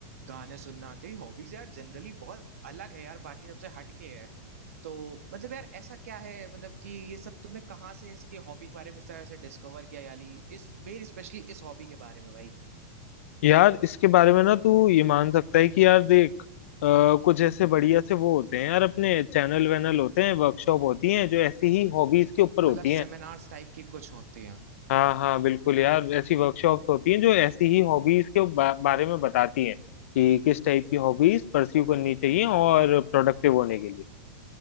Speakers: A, on the right (about 75°); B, on the left (about 65°).
A: गाने सुनना तेरी हॉबीज यार जनरली बहुत अलग है यार बाकी सबसे हट के है तो मतलब यार ऐसा क्या है मतलब कि ये सब तुमने कहाँ से इसके हॉबी के बारे में सर ऐसे डिस्कवर किया याली इस मेन स्पेशली इस हॉबी के बारे में भाई
B: यार इसके बारे में ना तू ये मान सकता है कि यार देख अ, कुछ ऐसे बढ़िया से वो होते हैं यार अपने चैनल वैनल होते हैं वर्कशॉप होती हैं जो ऐसी ही हॉबीज के ऊपर होती
A: मतलब सेमिनार्स
B: हैं
A: टाइप की कुछ होती हैं
B: हाँ हाँ बिल्कुल यार ऐसी वर्कशॉप होती हैं जो ऐसी ही हॉबीज के बा, बारे में बताती हैं कि किस टाइप की हॉबीज परस्यू करनी चाहिए और प्रोडक्टिव होने के लिए